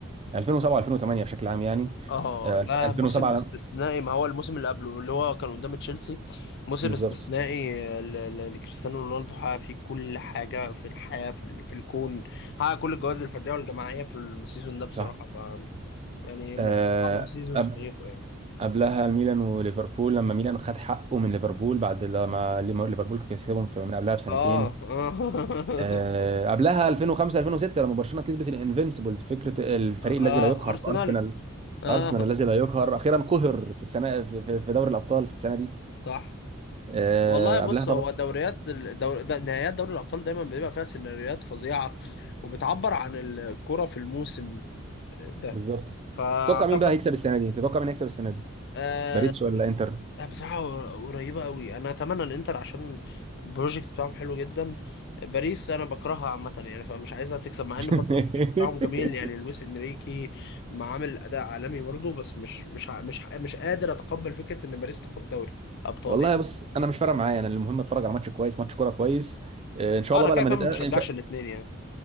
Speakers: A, on the right; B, on the left.
A: 2007 2008 بشكل عام يعني
B: اه ده
A: 2007
B: موسم استثنائي ما هو الموسم اللي قبله اللي هو كان قدام تشيلسي موسم
A: بالظبط
B: استثنائي ل- ل- لكريستيانو رونالدو حقق فيه كل حاجة في الحياة في, ال- في الكون حقق كل الجوائز الفردية والجماعية في السيزون ده بصراحة
A: صح
B: ف- يعني
A: آه،
B: من أعظم سيزون
A: قب-
B: في تاريخه يعني
A: قبلها الميلان وليفربول لما ميلان خد حقه من ليفربول بعد لما لما ليفربول كسبهم في من قبلها بسنتين
B: اه اه,
A: آه، قبلها 2005 2006 لما برشلونة كسبت الانفينسيبلز فكرة
B: <laughs>
A: الفريق
B: آه.
A: الذي لا يقهر
B: ارسنال
A: في ارسنال
B: اه
A: ارسنال الذي لا يقهر اخيرا قهر في السنة في في- في دوري الابطال في السنة دي
B: صح
A: آه،
B: والله بص
A: قبلها طبعا
B: هو دوريات الدور... ده نهائيات دوري الابطال دايما بيبقى فيها سيناريوهات فظيعه وبتعبر عن الكره في الموسم ده
A: بالظبط
B: فاعتقد
A: تتوقع مين بقى هيكسب السنة دي تتوقع مين هيكسب السنة دي
B: آه
A: باريس ولا انتر
B: آه، بصراحه قريبه قوي انا اتمنى الانتر عشان البروجكت بتاعهم حلو جدا باريس انا بكرهها عامه يعني فمش عايزها تكسب مع
A: <laughs>
B: ان برضو البروجكت بتاعهم جميل يعني لويس انريكي ما عامل اداء عالمي برضو بس مش مش ع- مش ع- مش قادر اتقبل فكره ان باريس تاخد دوري ابطال
A: والله
B: يعني
A: بص انا مش فارق معايا انا المهم اتفرج على ماتش كويس ماتش كوره كويس آه، ان شاء
B: اه
A: الله
B: انا
A: بقى
B: كده
A: لما
B: كده
A: نتقابل
B: ما بشجعش
A: ان شاء
B: الاثنين يعني